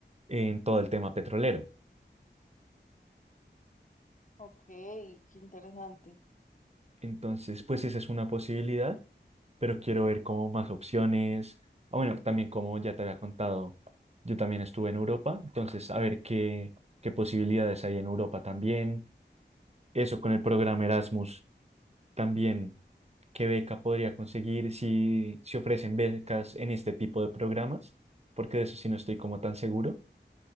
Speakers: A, on the right; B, on the left.
A: en todo el tema petrolero.
B: Ok, qué interesante.
A: Entonces, pues esa es una posibilidad, pero quiero ver como más opciones. Ah, bueno, también como ya te había contado, yo también estuve en Europa, entonces a ver qué, qué posibilidades hay en Europa también. Eso con el programa Erasmus también, qué beca podría conseguir si, si ofrecen becas en este tipo de programas, porque de eso sí no estoy como tan seguro,